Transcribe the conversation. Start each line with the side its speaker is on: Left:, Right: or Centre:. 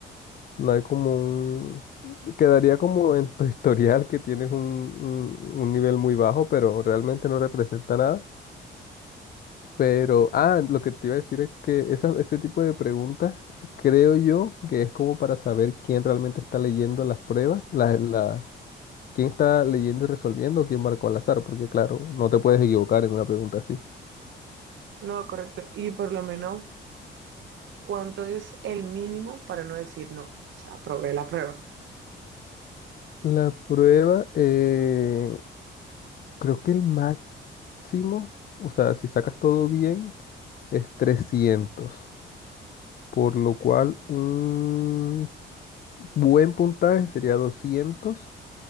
Left: No hay como un... Quedaría como en tu historial que tienes un, un- un nivel muy bajo, pero realmente no representa nada. Pero, ah, lo que te iba a decir es que esa, ese tipo de preguntas creo yo que es como para saber quién realmente está leyendo las pruebas, la, la- quién está leyendo y resolviendo o quién marcó al azar, porque claro, no te puedes equivocar en una pregunta así.
Right: No, correcto. Y por lo menos, ¿cuánto es el mínimo para no decir no? O sea, aprobé la prueba.
Left: La prueba, eh, Creo que el máximo, o sea, si sacas todo bien, es 300, por lo cual un buen puntaje sería 200